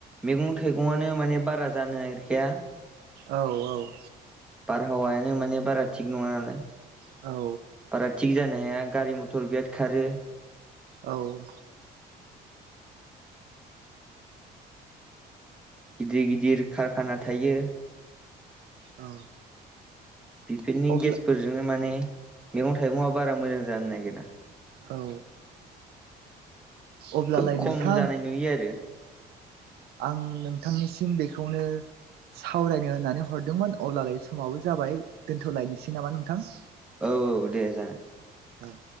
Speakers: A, in the centre; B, on the right.
A: मैगं थाइगङानो माने बारा जानो नागिरखाया
B: औ औ
A: बारहावायानो माने बारा थिग नङा नालाय
B: औ
A: बारा थिग जानो हाया गारि मथर बिराद खारो
B: औ
A: गिदिर गिदिर कारखाना थायो।
B: औ
A: बेफोरनि
B: अब्ला
A: गेसफोरजोंनो माने मैगं-थाइगंआ बारा मोजां जानो नागिरा।
B: औ अब्लालाय
A: खोब खम
B: नोंथां
A: जानाय नुयो आरो
B: आं नोंथांनिसिम बेखौनो सावरायनो होननानै हरदोंमोन अब्लालाय समाबो जाबाय दोनथ'लायनोसै नामा नोंथां।
A: औ औ दे जागोन
B: औ